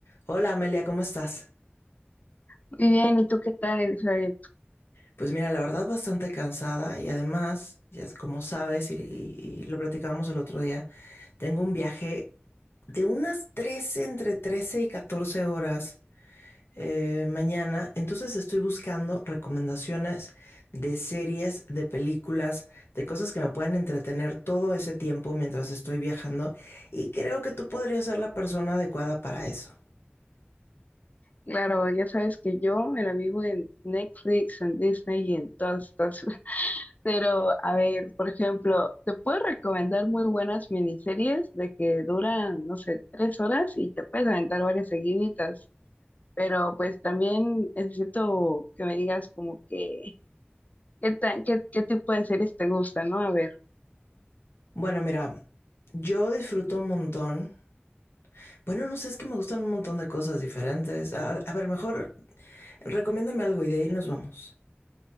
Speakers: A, on the left; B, on the left.
A: Hola Amelia, ¿cómo estás?
B: Muy bien, ¿y tú qué tal, Elizabeth?
A: Pues mira, la verdad bastante cansada y además, ya es como sabes y, y- y lo platicábamos el otro día, tengo un viaje de unas 13 entre 13 y 14 horas eh, mañana, entonces estoy buscando recomendaciones de series, de películas, de cosas que me puedan entretener todo ese tiempo mientras estoy viajando y creo que tú podrías ser la persona adecuada para eso.
B: Claro, ya sabes que yo me la vivo en Netflix, en Disney y en todas estas. <laughs> Pero, a ver, por ejemplo, te puedo recomendar muy buenas miniseries de que duran, no sé, tres horas y te puedes aventar varias seguiditas. Pero, pues también necesito que me digas como que, ¿qué tan qué, qué tipo de series te gusta, ¿no? A ver,
A: Bueno, mira, yo disfruto un montón. Bueno, no sé, es que me gustan un montón de cosas diferentes. A, a ver, mejor recomiéndame algo y de ahí nos vamos.